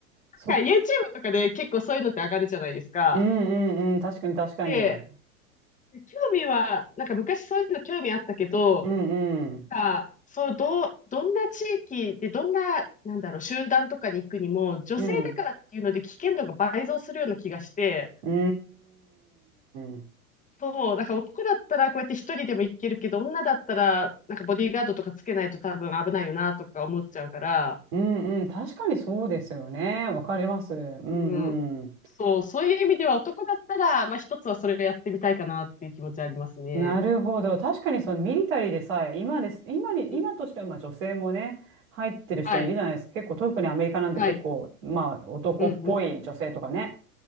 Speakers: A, on the right; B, on the left.
A: そ、
B: なんか YouTube とかで結構そういうのって上がるじゃないですか。
A: うんうんうん。確かに確かに。
B: で、興味は、なんか昔そういうの興味あったけど、
A: うんうん。
B: なんかそう、どう、どんな地域で、どんな、なんだろう、集団とかに行くにも、女性だからっていうので危険度が倍増するような気がして、
A: うん。うーん。
B: そう、だから男だったらこうやって一人でも行けるけど、女だったら、なんかボディーガードとかつけないと多分危ないよなとか思っちゃうから、
A: うんうん。確かにそうですよね。わかります。うんうん。
B: うん、そう、そういう意味では男だったら、まあ一つはそれをやってみたいかなっていう気持ちはありますね。
A: なるほど。確かにそのミリタリーでさえ、今です、今に、今としてはまあ女性もね、
B: うん
A: 入ってる人いるじゃないですか。
B: はい、
A: 結構、特にアメリカなんて結構、
B: はい、
A: まあ男っぽい女性とかね、
B: うん、うん、